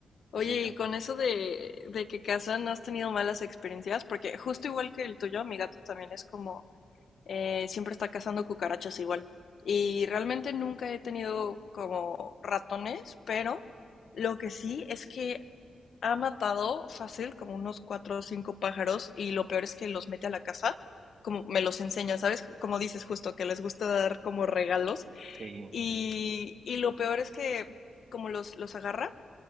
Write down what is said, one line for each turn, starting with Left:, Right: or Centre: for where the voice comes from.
Left: Oye,
Right: en serio.
Left: y con eso de, de que casan, ¿no has tenido malas experiencias? Porque justo igual que el tuyo, mi gato también es como eh, siempre está cazando cucarachas igual. Y realmente nunca he tenido como ratones, pero lo que sí es que ha matado fácil como unos cuatro o cinco pájaros y lo peor es que los mete a la casa, como me los enseña, ¿sabes? Como dices justo, que les gusta dar como regalos.
Right: Sí,
Left: Y, y lo peor es que como los, los agarra